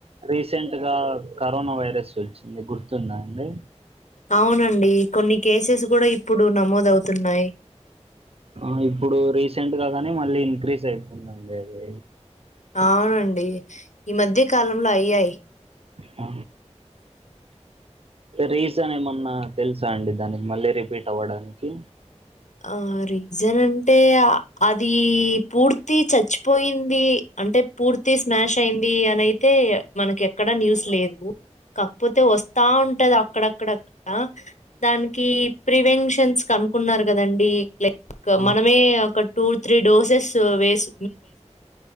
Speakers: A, on the right; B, on the left.
A: రీసెంట్ గా కరోనా వైరస్ వచ్చింది గుర్తుందా అండి
B: అవునండి కొన్ని కేసెస్ కూడా ఇప్పుడు నమోదవుతున్నాయి
A: ఆ ఇప్పుడు రీసెంట్ గానీ మళ్ళీ ఇంక్రీజ్ అవుతుందండి అది
B: అవునండి ఈ మధ్యకాలంలో అయ్యాయి
A: అ రీజన్ ఎమన్నా తెల్సా అండి దాని మళ్లీ రిపీట్ అవ్వడానికి
B: ఆ రీజన్ అంటే అది పూర్తి చచ్చిపోయింది అంటే పూర్తి స్మాష్ అయ్యింది అనయితే మనకి ఎక్కడా న్యూస్ లేద్ ఉ కాకపోతే వస్తా ఉంటాద అక్కడక్కడ ఆ దానికి ఫ్రీ పెన్షన్స్ కనుకున్నారు కదండి లే ఇకా
A: ఆ,
B: మనమే అక్కడ్ టూ త్రీ డోసెస్ వేస్